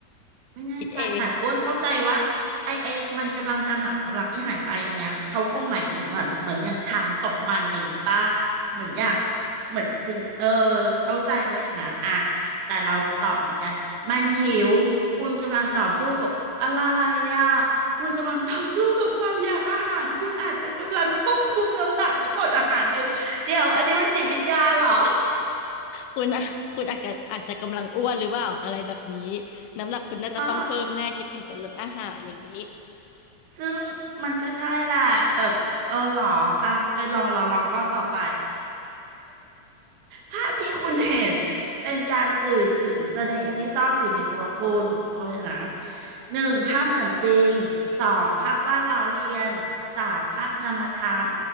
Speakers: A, on the right; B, on the left.
A: ไม่แน่ใจแต่อ้วนเข้าใจว่าไอไอมันกำลังตามหาความรักที่หายไปอันเนี้ยเขาคงหมายถึงเหมือนเหมือนอย่างช้างตกมันอนี้ป่ะ
B: คิดเอง
A: เหมือนอยาก
B: อ๋อ
A: เหมือนถึงเออเข้าใจว่าอย่างนั้นอ่ะแต่เราตอบเหมือนกันมันหิวคุณกำลังต่อสู้กับอะไรอ่ะคุณกำลังต่อสู้กับความอยากอาหารคุณอาจจะกำลังควบคุมน้ำหนักหรืออดอาหารอยู่เดี๋ยวอันนี้มันจิตวิทยาเหรอ
B: คุณอะคุณอาจจะอาจจะกำลังอ้วนหรือเปล่าอะไรแบบนี้ น้ำหนักคุณน่าจะต้องเพิ่มแน่คิดถึงแต่เรื่องอาหารอย่างนี้
A: อ่า ซึ่งมันก็ใช่แหละแต่เออหรออ่ะไปลองเราลองข้อต่อไปภาพที่คุณเห็นเป็นการสื่อถึงเสน่ห์ที่ซ่อนอยู่ในตัวคุณโอ้ยนะหนึ่งภาพเหมือนจริงสองภาพวาดล้อเลียนสามภาพนามธรรม